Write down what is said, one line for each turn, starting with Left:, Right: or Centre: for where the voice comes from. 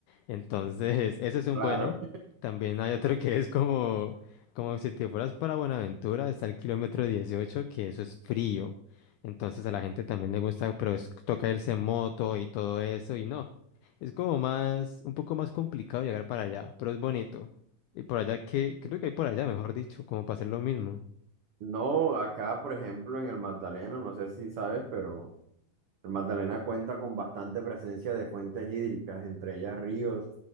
Left: Entonces, <laughs> ese es un
Right: Claro.
Left: bueno. También hay otro que es como, como si te fueras para Buenaventura, está el kilómetro 18 que eso es frío. Entonces a la gente también le gusta, pero es, toca irse en moto y todo eso y no. Es como más, un poco más complicado llegar para allá, pero es bonito. Y por allá que, creo que hay por allá, mejor dicho, como para hacer lo mismo.
Right: No, acá, por ejemplo, en el Magdalena, no sé si sabes, pero el Magdalena cuenta con bastante presencia de fuentes hídricas, entre ellas ríos